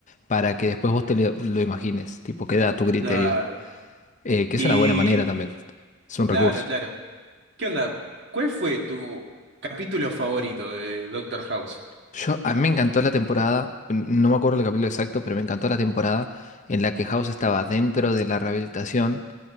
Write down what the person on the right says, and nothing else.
claro.
Y
claro,
claro. ¿Qué onda? ¿Cuál fue tu capítulo favorito de Doctor House?